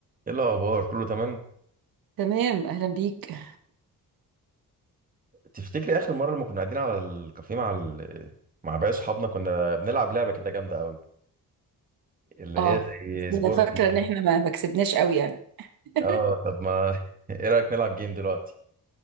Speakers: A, on the right; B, on the right.
A: ايه الاخبار كله تمام
B: تمام اهلا بيك
A: تفتكري اخر مره لما كنا قاعدين على الكافيه مع ال... مع باقي صحابنا كنا بنلعب لعبه كده جامده قوي اللي
B: اه
A: هي زي
B: بس
A: سبورك
B: انا فاكره ان احنا ما ما كسبناش قوي يعني <laughs>
A: اه طب ما <laughs> ايه رايك نلعب جيم دلوقتي